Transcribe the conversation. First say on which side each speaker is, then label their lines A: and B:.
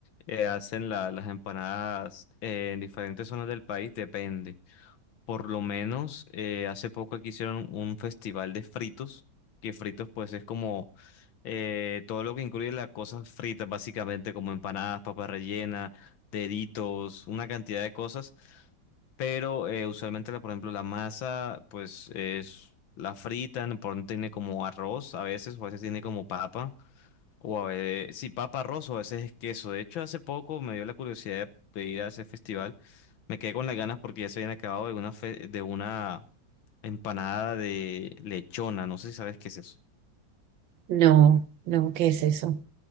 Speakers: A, on the left; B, on the right.
A: eh, hacen la- las empanadas eh, en diferentes zonas del país, depende. Por lo menos eh, hace poco aquí hicieron un festival de fritos, que fritos pues es como eh, todo lo que incluye las cosas fritas, básicamente como empanadas, papas rellenas, deditos, una cantidad de cosas pero eh, usualmente, la, por ejemplo, la masa, pues es la fritan, por ejemplo, tiene como arroz a veces, o a veces tiene como papa, o a veces, sí, papa arroz, o a veces es queso. De hecho, hace poco me dio la curiosidad de, de ir a ese festival. Me quedé con las ganas porque ya se habían acabado de una, fe- de una empanada de lechona. No sé si sabes qué es eso.
B: No, no, ¿qué es eso?